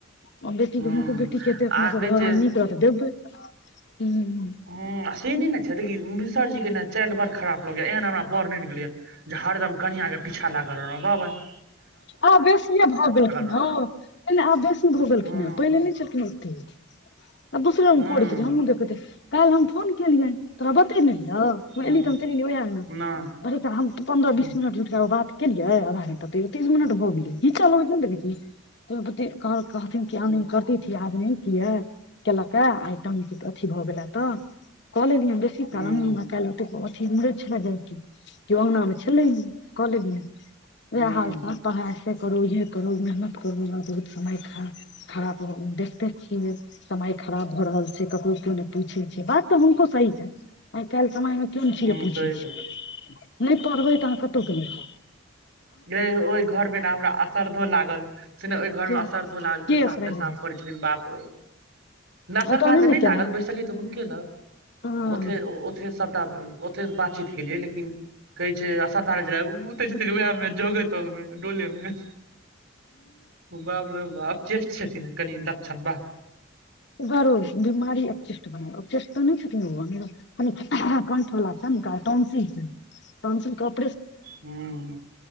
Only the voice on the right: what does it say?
हूँ
आ
कहै
छै
ह्म, आ से नहि ने छै, देखही मिसर जीके ने चालि बड़ खराब लगैए। एहन हमरा बर नहि नीक लगैए। जे हरदम कनिआँके पीछा लागल रहबह बाँय।
रहब
हँ
हँ
हँ
नहि
ह
ह
ह
ह
सही
कह
जे ओहि घरमे ने हमरा असरधो लागल। से ने ओहि घर
मे असरधो लागल
पेशाब
तेशाब
करे। दिन बाप रो ना सरधा
तऽ
नहि
लागल बैसलियै तऽ हुनके लग।
ओथे ओथे सभटा ओथे बातचीत केलिये लेकिन कहै छैय असरधार ओ बते छथिन उह मे जगे तगं डोले मे बाप रे बा अपचेष्ट छथिन कनि लक्षण बा
हूँ